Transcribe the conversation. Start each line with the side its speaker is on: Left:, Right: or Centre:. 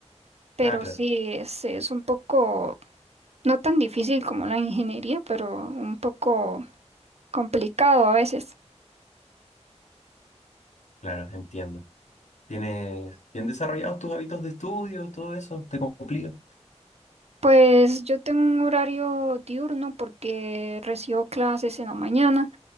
Right: pero
Left: Ah, claro,
Right: sí, es, es un poco, no tan difícil como la ingeniería, pero un poco complicado a veces.
Left: claro, entiendo. ¿Tienes bien desarrollados tus hábitos de estudio, todo eso? ¿Te complica?
Right: Pues yo tengo un horario diurno porque recibo clases en la mañana.